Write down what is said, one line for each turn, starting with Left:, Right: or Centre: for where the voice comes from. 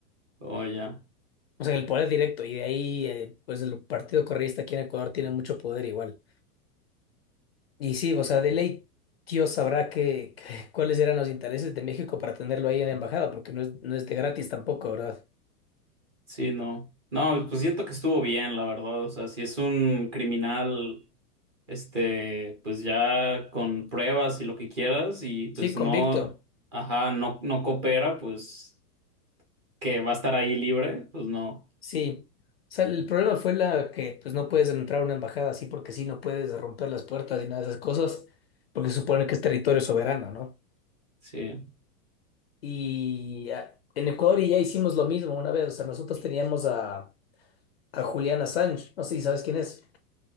Right: Oh, ya.
Left: o sea, en el poder directo, y de ahí, eh, pues el Partido Correísta aquí en Ecuador tiene mucho poder igual. Y sí, o sea, de ley, Dios sabrá que, que- <laughs> cuáles eran los intereses de México para tenerlo ahí en la embajada, porque no es, no es de gratis tampoco, ¿verdad?
Right: Sí, no. No, pues siento que estuvo bien, la verdad. O sea, si es un criminal, este, pues ya con pruebas y lo que quieras, y pues
Left: Sí, convicto.
Right: no, ajá, no, no coopera, pues que va a estar ahí libre, pues no.
Left: Sí, o sea, el problema fue la que pues no puedes entrar a una embajada así porque sí, no puedes romper las puertas y nada de esas cosas, porque se supone que es territorio soberano, ¿no?
Right: Sí.
Left: Y ah, en Ecuador ya hicimos lo mismo una vez, o sea, nosotros teníamos a, a Julián Assange, no sé si sabes quién es.